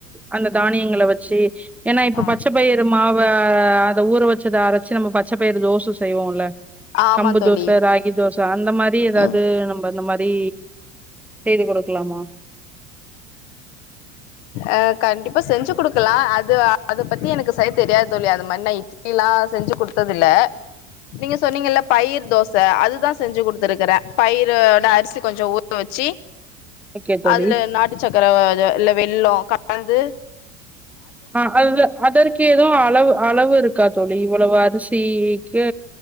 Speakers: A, in the centre; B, on the left.
A: அந்த தானியங்களை வச்சு ஏனா இப்ப
B: ஆ
A: பச்ச பயறு மாவு அத ஊற வச்சத அரைச்சு நம்ம பச்சை பயிறு தோசை செய்வோம்ல்ல
B: ஆமா
A: கம்பு
B: தோழி
A: தோசை ராகி தோசை அந்த மாரி ஏதாவது
B: ம்
A: நம்ம அந்த மாரி செய்து கொடு க்கலாமா
B: அஹ் கண்டிப்பா செஞ்சு கொடுக்கலாம் அது அத பத்தி எனக்கு செரியா தெரியாது தோழி அது மாதிரி நான் இட்லில்லாம் செஞ்சு கொடுத்தது இல்ல நீங்க சொன்னீங்கல்ல பயிர் தோ ச அதுதான் செஞ்சு குடுத்துருக்கறேன் பயிரோட அரிசி கொஞ்சம் ஊற வச்சு
A: ஓகே தோழி
B: இல்ல நாட்டு சக்கர இல்ல வெள்ளம் கந்து
A: ஆ அது அதற்கு எதுவும் அளவு அளவு இருக்கா தோழி இவ்வளவு அரிசி க்கு